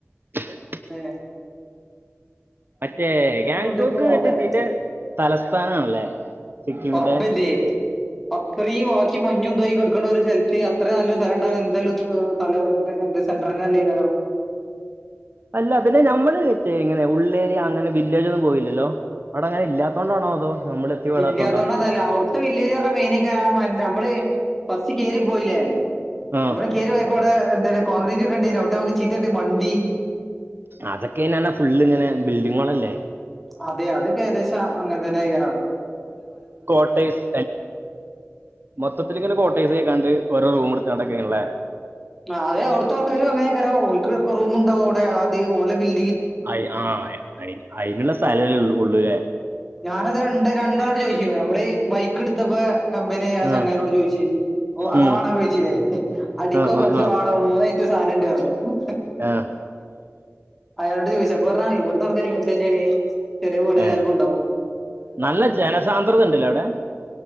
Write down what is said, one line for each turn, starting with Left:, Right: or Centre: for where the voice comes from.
Right: <unintelligible>
Centre: പിനെ
Right: മറ്റേ ഗാങ്ടോക്ക്മറ്റേ
Centre: ട്രിപ്പ് മൊതലായി
Right: തിന്റെ തലസ്ഥാനാണല്ലേ സിക്കിമിന്റെ
Centre: ഉറപ്പതേ അത്രയും എനി മഞ്ഞും തോക്കി കൊടുക്കുന്ന ഒരു സ്തലത്ത് അത്ര നല്ല സ്ഥലുണ്ട എന്താലും പല എന്ത് സെൻററിിനല്ലേതരോ
Right: അല്ല പിന്നെ ഞമ്മള്റ്റേ ഇങ്ങനെ ഉള്ളേരിയ അങ്ങനെ വില്ലേജ് ഒന്നും പോയില്ലല്ലോ ഇല്ലാത്തൊണ്ടാണൊ അതോ നമ്മൾ എത്തിപ്പെടാത്തോണ്ടാ
Centre: ഇല്ലാതൊണ്ട്ന്നല്ല അവിടുത്തെ വില്ലേജ് പറഞ്ഞ മെയിനക്കാരം നമ്മള് ഫസ് കയറി പോയില്ലേ
Right: ആ
Centre: നമ്മള് കേറി പോയപ്പോ അവിടെന്താണ് കോൺക്രീറ്റ് ഒക്കെ ഉണ്ട അവിടെ നമക്ക് ചീത്തട്ടി മണ്ടി
Right: അതൊക്കെന്നന്ന ഫുള്ള്ങ്ങനാ ബിൽഡിങ്ങൊളല്ലേ
Centre: അതെ അത് ഏകദേശം അങ്ങനത്തെന്നെ ക്കാരം
Right: കോട്ടയ്സ് മൊത്തത്തില ഇങ്ങനെ കോട്ടൈസക്കാണ്ട് ഓരോ റൂം എടുത്ത് ഇള്ളേ
Centre: അതെ അവിടുത്തെ ആൾക്കാരും അങ്ങനെക്കാരം ഓൽക്ക് റൂം ഉണ്ടാവും അവിടെ ആദ്യ ഓല ബിൽ
Right: അ ആ അഅയി ആയി അയിന്ള്ള സ്ഥേലേ ഒള്ളൂ ഫുള്ള്ലേ
Centre: ഞാൻ അത് രണ്ട് രണ്ട് ആളോട് ചോദിക്കും ഇത് പോലെ നമ്മള് ബൈക്ക് എടുത്തെപ്പം കമ്പിനി അത്
Right: ആ,
Centre: ചങ്ങാതിയോട് ചോദിച്ച് ഓ വള്ള
Right: ഉം,
Centre: വണക്കെ ചൊയിച്ചിലേ അടിക്കോ
Right: ആ,
Centre: കൊറച്ചോ
Right: ആ, ആ,
Centre: വാടോ മൂവ ഏറ്റ സാനം ഇണ്ടാർന്നു
Right: ആ,
Centre: അയാളുടെ ചോദിച്ചപ്പാ പറഞ്ഞാ ഇവിടുത്തെ ആൾക്കാ തന്നെയാണ് ചെറിയ വീട് എല്ലാവർക്കുംണ്ടാവും
Right: ഏ. നല്ല ജനസാന്ദ്രത ഇണ്ട്ല്ലവിടെ